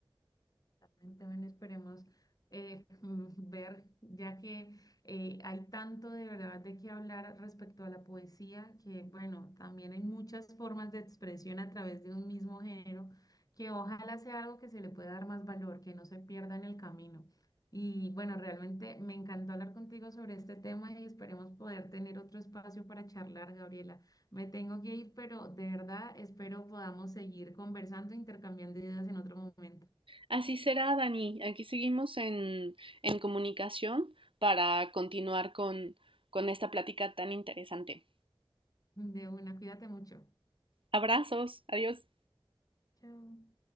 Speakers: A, on the left (about 40°); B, on the right (about 70°).
A: Exactamente, bueno, esperemos eh, <laughs> mm, ver, ya que eh, hay tanto de verdad de qué hablar respecto a la poesía, que bueno, también hay muchas formas de expresión a través de un mismo género, que ojalá sea algo que se le pueda dar más valor, que no se pierda en el camino. Y bueno, realmente me encantó hablar contigo sobre este tema y esperemos poder tener otro espacio para charlar, Gabriela. Me tengo que ir, pero de verdad espero podamos seguir conversando, intercambiando ideas en otro momento.
B: Así será, Dani. Aquí seguimos en, en comunicación para continuar con, con esta plática tan interesante.
A: De una, cuídate mucho.
B: Abrazos, adiós.
A: Chao.